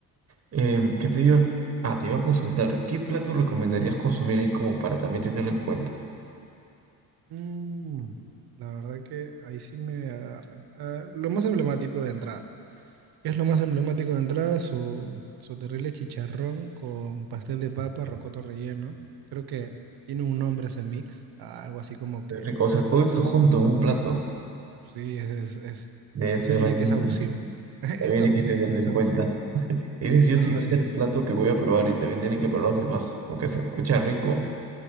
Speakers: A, on the right; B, on the right.
A: Em, ¿qué te iba? Ah, te iba a consultar. ¿Qué plato recomendarías consumir ahí como para también tenerlo en cuenta?
B: Mm, la verdad que ahí sí me agarras. Ah, lo más emblemático de entrada. ¿Qué es lo más emblemático de entrada? Su, su terrible chicharrón con pastel de papa, rocoto relleno. Creo que tiene un nombre ese mix. ah, algo así como que...
A: Qué rico. O sea, todo eso junto en un plato.
B: Sí, es, es, es-
A: Debe ser
B: Yo diría
A: buenísimo.
B: que es abusivo. <laughs>
A: También
B: Es abusivo,
A: hay que tenerlo
B: es
A: en
B: abusivo.
A: cuenta. Ese sí
B: No,
A: o sí va a
B: sí,
A: ser el
B: sí.
A: plato que voy a probar y también tienen que probar los demás porque se escucha rico.